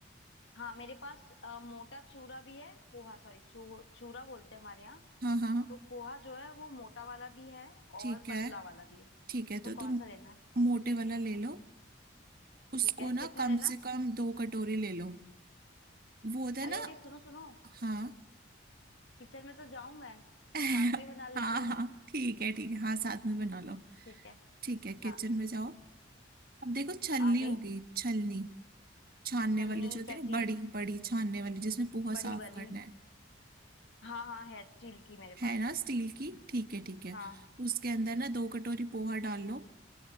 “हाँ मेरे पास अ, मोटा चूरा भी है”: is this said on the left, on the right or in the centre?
Left